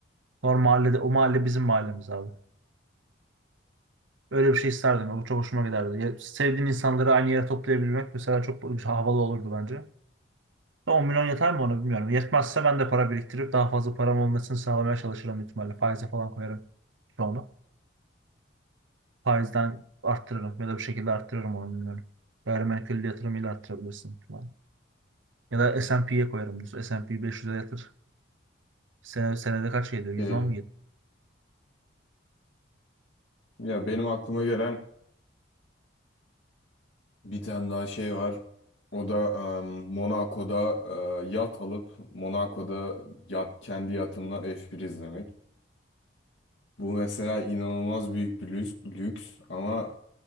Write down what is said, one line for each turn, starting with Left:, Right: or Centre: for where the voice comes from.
Right: Normal mahallede, o mahalle bizim mahallemiz abi. Öyle bir şey isterdim. O çok hoşuma giderdi. Ya, sevdiğin insanları aynı yere toplayabilmek mesela çok havalı olurdu bence. 10 milyon yeter mi ona bilmiyorum. Yetmezse ben de para biriktirip daha fazla param olmasını sağlamaya çalışırım büyük ihtimalle. Faize falan koyarım onu. Faizden arttırırım ya da bir şekilde arttırırım onu bilmiyorum. Gayrimenkul yatırımıyla arttırabilirsin. falan. Ya da S&P'ye koyarım. düz S&P 500'e yatır. Sene, senede kaç geliyor? 110
Left: Şey,
Right: mu geliyor?
Left: ya benim aklıma gelen bir tane daha şey var. O da em, Monaco'da e, yat alıp Monaco'da yat kendi yatımdan F1 izlemek. Bu mesela inanılmaz büyük bir lüks, lüks ama